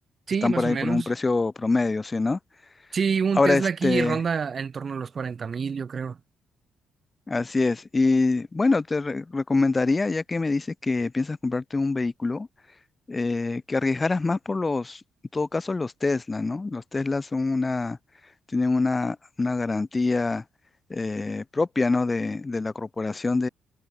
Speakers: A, on the right (about 35°); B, on the left (about 20°).
A: Sí,
B: Están
A: más
B: por
A: o
B: ahí
A: menos.
B: por un precio promedio, ¿sí, no?
A: Sí, un
B: Ahora,
A: Tesla
B: este,
A: aquí ronda en torno a los cuarenta mil, yo creo.
B: así es. Y bueno, te re- recomendaría, ya que me dices que piensas comprarte un vehículo, eh, que arriesgaras más por los, en todo caso, los Tesla, ¿no? Los Teslas son una, tienen una, una garantía eh, propia, ¿no? De, de la corporación